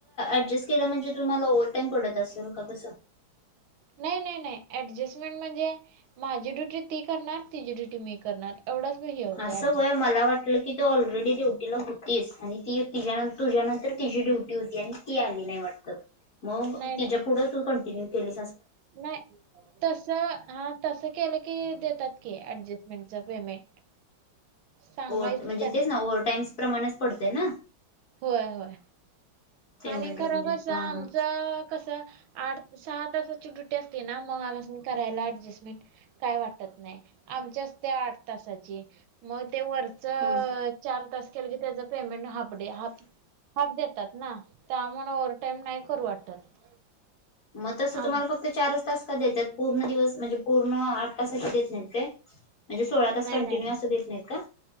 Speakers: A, on the left; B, on the right.
A: अडजस् के म्हणजे तुम्हाला ओव्ह टाईम पडत असेल का कसं
B: नाही नाही नाही ऍडजस्टमेंट म्हणजे माझी ड्युटी ती करणार तिची ड्युटी मी करणार एवढाच हे होतं
A: असं
B: ऍडजस्ट
A: होय मला वाटलं की तो ऑल ऑलरेडी ड्युटीला होतीच आणि ती तिच्यानंतर तुझ्यानंतर तिची ड्युटी होती आणि ती आली नाही वाटत. ग
B: नाही नाही
A: तिच्या पुुढे तू कंटिन्यू केली
B: नाही तस हा तस केलं की देतात की ऍडजेस्टमेंट ज पेमेंट सांगायचं
A: ओ्ह म्हणजे
B: त्यांना
A: तेच ना ओव्हर टाई्स प्रमाणेच पडते ना
B: होय होय
A: पेमेंट
B: आणि खर
A: वगैरे
B: कसं
A: हा
B: आमचं
A: हा
B: कस आठ सहा तासाची ड्युटी असते ना मगपासून करायला ऍडजस्टमेंट काय वाटत नाही आमच्याच त्या आठ तासाची मग ते वरच
A: ह
B: चार तास केलं की त्याच पेमेंट हाफ डे हा हाफ देतात ना त्या म्ह ओव्ह टाईम नाही करू वाटत
A: मग तसं
B: आम
A: तुम्हाला फक्त चारच तास का देतात पूर्ण दिवस म्हणजे पूर्ण आठ तासाचे देत नाहीत काय म्हणजे सोळा तास
B: नाही
A: कंटिन्यू
B: नाही
A: अस देत नाहीत का